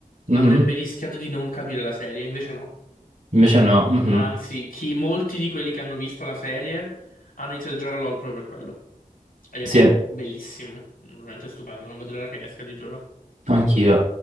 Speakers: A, on the right; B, on the left.
A: Mhm,
B: avrebbe rischiato di non capire la serie, invece no.
A: Invece no. mhm,
B: Anzi, chi- molti di quelli che hanno visto la serie hanno iniziato a giocare a LoL proprio per quello. Ed è
A: Sì,
B: bellissimo, veramente stupendo, non vedo l'ora che esca, ti giuro.
A: anch'io.